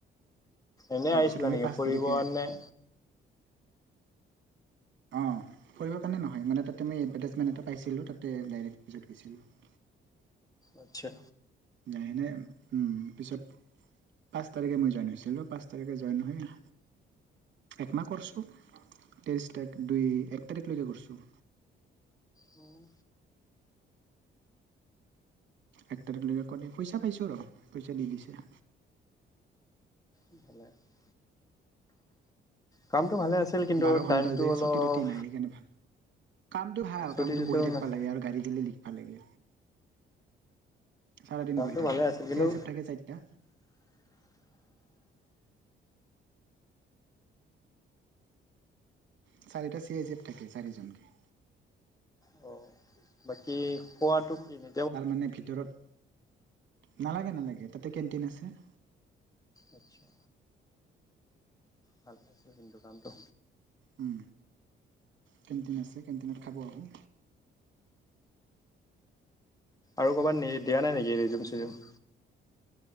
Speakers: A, on the left; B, on the right.
A: এনে
B: তাৰপিছত
A: আহিছিলা
B: মই
A: নেকি
B: পাঁচ
A: ফুৰিব
B: তাৰিখে
A: কাৰণে
B: অঁ, ফৰিব কাৰণে নহয় মানে তাতে মই এডভাৰ্টাইজমেণ্ট এটা পাইছিলোঁ তাতে ডাইৰেক্ট অফিছত গৈছিলোঁ।
A: আচ্ছা।
B: নাই এনেই আন পিছত পাঁচ তাৰিখে মই জইন হৈছিলোঁ, পাঁচ তাৰিখে জইন হয় একমাহ কৰিছোঁ, তেইছ তাৰিখ দুই এক তাৰিখলৈকে কৰিছোঁ।
A: উম।
B: এক তাৰিখলৈকে কৰি পইচা পাইছো ৰ পইচা দি দিছে।
A: মোৰ ভালেই। কামটো ভালে আছিল, কিন্তু
B: বাৰ ঘণ্টা
A: টাইমটো
B: যে
A: অলপ
B: ছুটি টুটি নাই সেইকাৰণে ভাল কামটো ভাল
A: ছুটি
B: কামটো
A: চুটিও
B: বহি থাকা
A: নাই
B: লাগে আৰু গাড়ী গিলি ভাল লাগে চাৰে দিন
A: কামটো
B: বহি থাকা,
A: ভালে আছিল কিন্তু
B: চ চেপ থাকে চাৰিটা। চাৰিটা চি আই চিফ থাকে চাৰিজনকে।
A: অ। বাকী খোৱাতটো ফ্ৰি নে
B: তাৰমানে ভিতৰত নালাগে নালাগে তাতে কেণ্টিন আছে।
A: আচ্ছা। ভাল পাইছিলোঁ কিন্তু কামটো।
B: উম কেণ্টিন আছে কেণ্টিনত খাব আহোঁ।
A: আৰু ক'ৰবাত নি দিয়া নাই নে ৰিজিম চিজুউম।